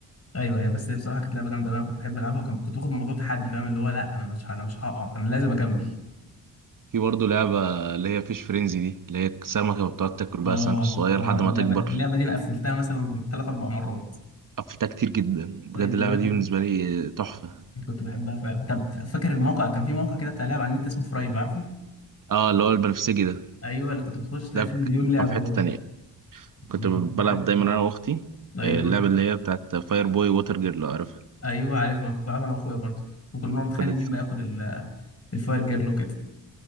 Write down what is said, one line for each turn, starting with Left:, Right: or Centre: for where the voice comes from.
Left: ايوه ايوه بس هي بصراحه كانت لعبه جامده أوي، انا كنت بحب العبها وكنت كنت باخد الموضوع تحدي فاهم اللي هو لا انا مش ه- انا مش هقع انا لازم اكمل
Right: في برضه لعبة اللي هي فيش فرينزي دي اللي هي سمكة بتقعد تاكل بقى
Left: اه
Right: السمك الصغير
Left: اه
Right: لحد
Left: اللعبه
Right: ما تكبر
Left: اللعبه دي انا قفلتها مثلا ثلاث اربع مرات
Right: قفلتها كتير جدا بجد
Left: ايوه
Right: اللعبة
Left: اللعبه
Right: دي
Left: دي
Right: بالنسبة لي تحفة
Left: كنت بحبها فعلا طب فاكر الموقع كان في موقع كده بتاع لعب على النت اسمه فرايف عارفه
Right: اه اللي هو البنفسجي ده
Left: ايوه اللي كنت بتخش تلاقي
Right: ده
Left: فيه
Right: ك-
Left: مليون لعبه
Right: كان في حتة
Left: جوه
Right: تانية كنت
Left: كنت
Right: بلعب
Left: بحب
Right: دايما انا واختي
Left: ايوه
Right: آه، اللعبة اللي هي بتاعت فاير بوي ووتر جيرل لو عارفها
Left: ايوه عارف انا كنت بلعب انا واخويا برضه وكنا بنقعد نتخانق
Right: كنت
Left: مين بقى ياخد ال- الفاير جيرل وكده